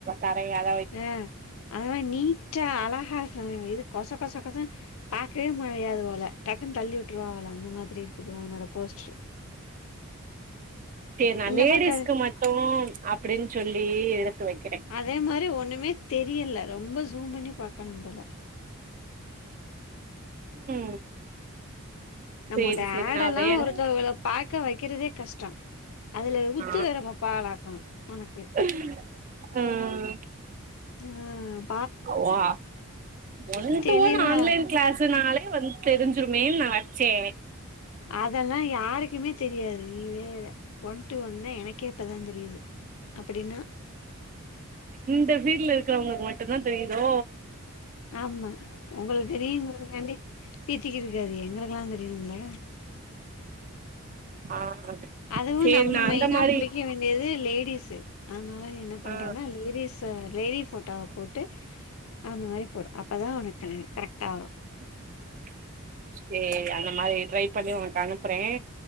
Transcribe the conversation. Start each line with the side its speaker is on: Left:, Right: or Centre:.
Right: கரையாது
Left: ஆ அத நீட்டா அழகா இது கொச கொச கொச பாக்கவே முடியாதுபோல டக்குன்னு தள்ளி விட்ருவாங்கல அந்த மாதிரி இருக்குது உன்னோட போஸ்ட்ரு
Right: ஏ
Left: இந்த
Right: லேடீஸ்க்
Left: பக்க
Right: மட் டூ அப்படின்னு சொல்லி எடுத்து வைக்கிறே
Left: அதே மாரி ஒன்னுமே தெரியல ரொம்ப ஷூம் பண்ணி பாக்கணும் போல
Right: ம்
Left: நம்மொட
Right: சேரி சேரி
Left: அட்ல்லா
Right: நா வேற
Left: ஒருத்தவங்கல பாக்க வைக்கிறதே கஷ்டம் அதில உத்து
Right: ஆ
Left: வேற பாப்பாங்களாக்கு உனக்கு
Right: <inaudible> ம்
Left: ம்
Right: ஓ ஒன்
Left: தெளிவா
Right: டூ ஒன் ஆன்லைன் கிளாஸ்னாலே வந் தெரிஞ்சுருமே நா வச்சே
Left: அதெல்லா யாருக்குமே தெரியாது நீவேர ஒன் ட்டு ஒன்னே எனக்கே இப்பதா தெரியிது அப்படின்னா
Right: இந்த வீட்ல இருக்கிறவங்களுக்கு மட்டுதான் தெரியிதோ
Left: ஆமா உங்களுக்கு தெரியும்ங்கிறதுக்காண்டி பீத்திக்கிட்டு இருக்காதீய எங்களுக்கெல்லா தெரியணும்ல
Right: ஆ
Left: அதுவு
Right: சேரி
Left: நம்ம
Right: நா
Left: மெயினா
Right: அந்த மாரி
Left: புடிக்க வேண்டியது லேடிஸு அதுனால நீ என்ன பண்றனா
Right: ஆ
Left: லேடிஸ் இப்ப லேடி ஃபோட்டாவ போட்டு அந்த மாரி போடு அப்பதா உனக்கு கலர் கரெக்டா வரும்
Right: <inaudible> சேரி அந்த மாரி ட்ரை பண்ணி உனக்கு அனுப்புறேன்